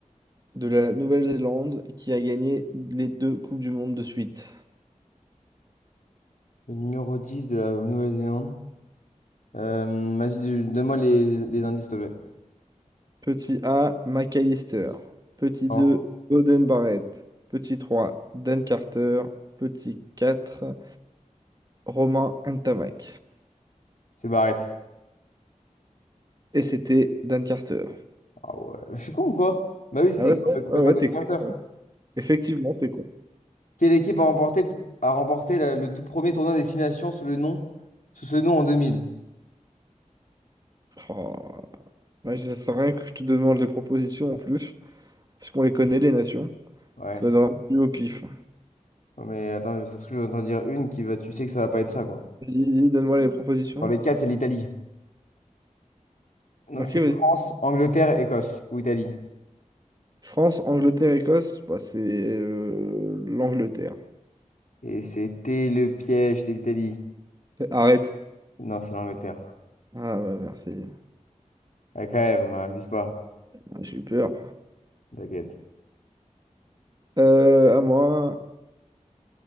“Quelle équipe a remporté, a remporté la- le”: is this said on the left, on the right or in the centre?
Left